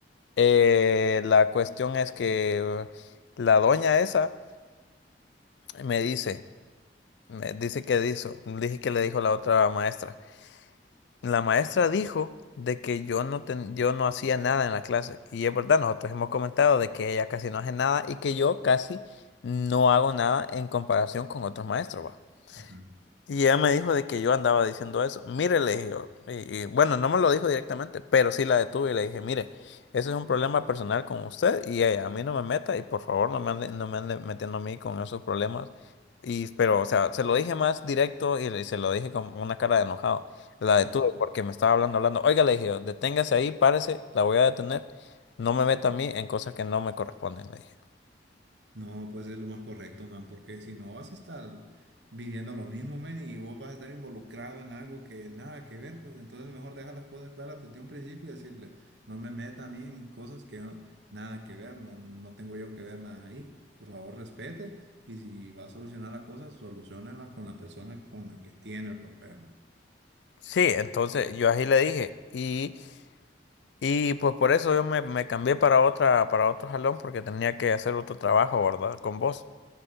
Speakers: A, on the left (about 75°); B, on the right (about 70°).
A: Eh, la cuestión es que eh, la doña esa me dice, me dice que dijo, dije que le dijo la otra maestra. La maestra dijo de que yo no, ten- yo no hacía nada en la clase. Y es verdad, nosotros hemos comentado de que ella casi no hace nada y que yo casi no hago nada en comparación con otros maestros, ¿va?
B: ajá,
A: Y ella me dijo de que yo andaba diciendo eso. Mire, le dije yo. Y, y, bueno, no me lo dijo directamente, pero sí la detuve y le dije, mire, eso es un problema personal con usted y ella, a mí no me meta y por favor no me ande, no me ande metiendo a mí con esos problemas. Y, pero, o sea, se lo dije más directo y, le- se lo dije con una cara de enojado. La detuve
B: ajá.
A: porque me estaba hablando, hablando. Oiga, le dije yo, deténgase ahí, párese, la voy a detener. No me meta a mí en cosas que no me corresponden, le dije.
B: No, pues es lo más correcto, man, porque si no vas a estar viviendo lo mismo, man, y vos vas a estar involucrado en algo que nada que ver, pues entonces mejor dejar las cosas claras desde un principio y decirle, no me meta a mí en cosas que no- nada que ver, no, no tengo yo que ver nada ahí. Por favor, respete y si va a solucionar las cosas, solucionalas con la persona con la que tiene el problema.
A: Sí, entonces yo así le dije y... Y pues por eso yo me, me cambié para otra, para otro jalón porque tenía que hacer otro trabajo, ¿verdad? Con vos.